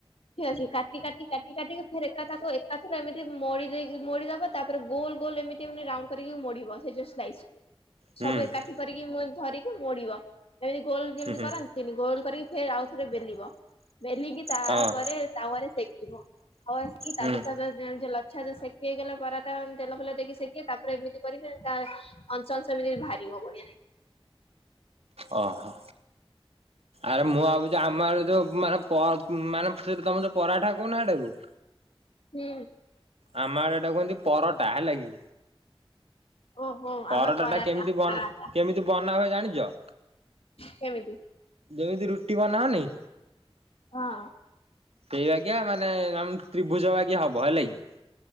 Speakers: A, on the left; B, on the right.
A: ଠିକ ଅଛି କାଟି କାଟି କାଟି କାଟିକି ଫେର ଏକା ତାକୁ ଏକାଥର ଏମିତି ମେଡି ଦେଇି ମେଡି ଦେବ ତାପରେ ଗୋଲ ଗୋଲ ଏମିତି ଏମିତି ରାଉଣ୍ଡ କରିକି ମେଡିବ ସେଇ ଯେ ସାଇସ୍କୁୁ।
B: ହୁଁ
A: ସବୁ ଏକାଠି କରିକି ମୁଁ। ଧରିକି ମୋଡ଼ିବ। ଏମିତି ଗୋଲ ଯେମି
B: ହୁଁ
A: କରନ୍ତିି ଗୋଳ କରି। ଫେର୍ ଆଉଥରେ ବେଲିବ। ବେଲିଗ ତା
B: ହଁ
A: ପ। ରେ ତାୱରେ ଦେଖିବ। ଆବାଜ କି ତାବଦ
B: ହୁଁ
A: ତାବଦ ଜେଲଦ। ଆଛା ଆଛା ସେକି ହେଇଗଲା ପରାଟା ତେଲ ଫେଲ ଦେଇକି ସେକ ତାପରେ ଏମିତି କରିବେ ତା ଅଂଶ ଅଂଶ ଏମିତି ବାହାରିବ ବଢିଆ ଲାଗିବ।
B: ଅହ ହୋ। ଆରେ ମୁଁ ଭାବୁଛି ଆମର ଯୋଉ ମାନେ ପ ମାନେ ସେ ତମେ ଯଉ ପରାଠା କହୁନ ହେଟାକୁ।
A: ହୁଁ।
B: ଆମ ଆଡେ ଏଟା କୁହନ୍ତି ପରଟା ହେଲା କି?
A: ଓହୋ
B: ପରଟା
A: ଆମେ ପରାଟା
B: ଟା କେମିତି ବନ
A: ପରାଟା
B: କେମିତି ବନା ହୁଏ ଜାଣିଛ
A: କେମିତି
B: ଯେମିତି ରୁଟି ବନାହନି
A: ହଁ।
B: ସେଇ ଆଗା ମାନେ ଆମ ତ୍ରିଭୁଜ ବାଗା ହବ ହେଲା କିି?